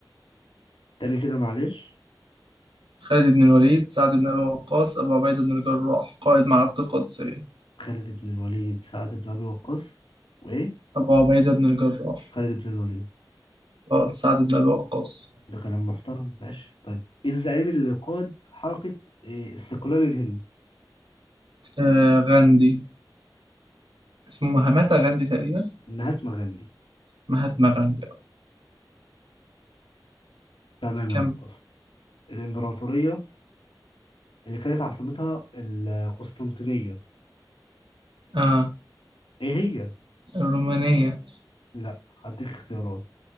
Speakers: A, on the left; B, on the right.
A: تاني كده معلش
B: خالد بن الوليد سعد بن أبي وقاص أبو عبيدة بن الجراح قائد معركة القادسية
A: خالد بن الوليد سعد بن أبي وقاص وإيه
B: أبو عبيدة بن الجراح
A: خالد بن الوليد
B: غلط سعد بن أبي وقاص
A: ده كلام محترم ماشي طيب إيه الزعيم اللي قاد حركة إيه، استقلال الهند
B: آه غاندي اسمه مهاماتا غاندي تقريبا
A: مهاتما غاندي
B: مهاتما غاندي آه،
A: تمام
B: كم
A: يا مصطفى الإمبراطورية اللي كانت عاصمتها القسطنطينية
B: آه
A: إيه هي؟
B: الرومانية
A: لأ هديك اختيارات